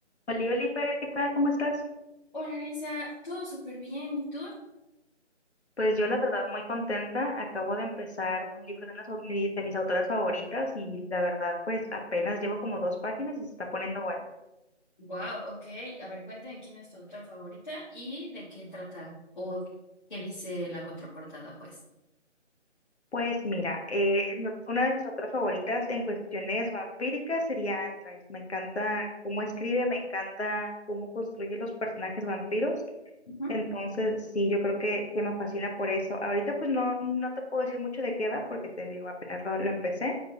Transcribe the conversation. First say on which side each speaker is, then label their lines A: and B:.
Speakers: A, on the left; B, on the left.
A: Oli, Oliver, ¿qué tal? ¿Cómo estás?
B: Hola Lisa, todo súper bien, ¿y tú?
A: Pues yo la verdad muy contenta. Acabo de empezar un libro de, unas, au- mi- de mis autoras favoritas y la verdad pues apenas llevo como dos páginas y se está poniendo bueno.
B: Wow, ok. A ver, cuéntame quién es tu autora favorita y de qué trata o qué dice la contraportada, pues.
A: Pues mira, eh, mi- una de mis autoras favoritas en cuestiones vampíricas sería Anne Rice. Me encanta cómo escribe, me encanta cómo construye los personajes vampiros.
B: Ujú.
A: Entonces, sí, yo creo que, que me fascina por eso. Ahorita pues no, no te puedo decir mucho de qué va porque te digo, apenas lo lo empecé